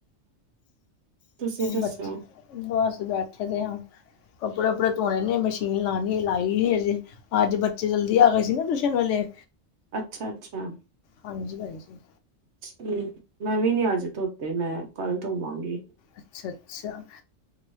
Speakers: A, on the right; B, on the left.
A: ਤੁਸੀਂ ਦੱਸੋ?
B: ਬੱਚ ਬਸ ਬੈਠੇ ਦੇ ਆ, ਕੱਪੜੇ- ਕੁਪੜੇ ਧੋਣੇ ਨੇ, ਮਸ਼ੀਨ ਲਾਣੀ ਲਾਈ ਅੱਜ ਬੱਚੇ, ਜਲਦੀ ਆ ਗਏ ਸੀ ਨਾ, ਟਿਊਸ਼ਨ ਵਾਲੇ
A: ਅੱਛਾ -ਅੱਛਾ।
B: ਹਾਂਜੀ-ਹਾਂਜੀ।
A: ਠੀਕ, ਮੈਂ ਵੀ ਨੀ ਅੱਜ ਧੋਤੇ, ਮੈਂ ਕੱਲ ਧੋਵਾਂਗੀ।
B: ਅੱਛਾ ਅੱਛਾ,